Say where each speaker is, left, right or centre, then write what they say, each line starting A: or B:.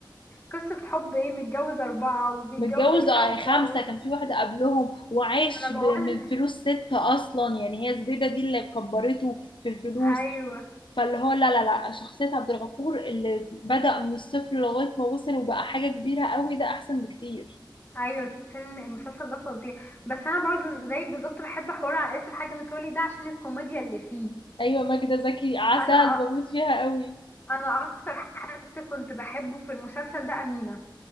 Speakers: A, on the left; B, on the left.
A: قصة حب ايه متجوز أربعة وبيتجوز
B: متجوز
A: الخامسة
B: آه خمسة
A: و...
B: كان في واحدة قبلهم وعاش
A: أنا بقول
B: ب- من فلوس ستة أصلا يعني هي زبيدة دي اللي كبرته في الفلوس
A: أيوه
B: فاللي هو لا لا لا شخصية عبد الغفور اللي بدأ من الصفر لغاية ما وصل وبقى حاجة كبيرة قوي ده أحسن بكتير
A: أيوه الفيلم المسلسل ده فظيع بس أنا برضو زيك بالظبط بحب حوار عائلة الحاج متولي ده عشان الكوميديا اللي فيه
B: أيوة ماجدة زكي عسل
A: انا
B: بموت فيها قوي
A: انا اكتر حد كنت بحبه في المسلسل ده امينه